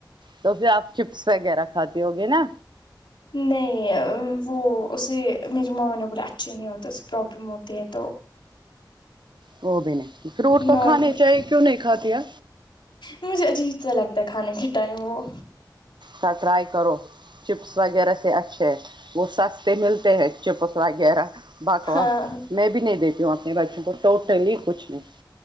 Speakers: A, on the right; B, on the left.
A: تو پھر آپ چپس وغیرہ کھاتے ہو گے نا
B: نہیں ا وہ اسے میری مما نے بولے اچھے نہیں ہوتے اسے پرابلم ہوتی ہے تو
A: وہ بھی نہیں فروٹ تو
B: نارمل
A: کھانے چاہیے کیوں نہیں کھاتی ا
B: مجھے عجیب سا لگتا ہے کھانے کے ٹائم وہ
A: تا ٹرائی کرو چپس وغیرہ سے اچھے ہیں وہ سستے ملتے ہیں چپس وغیرہ بکواہ
B: ہاں
A: میں بھی نہیں دیتی ہوں اپنے بچوں کو ٹوٹلی کچھ نہیں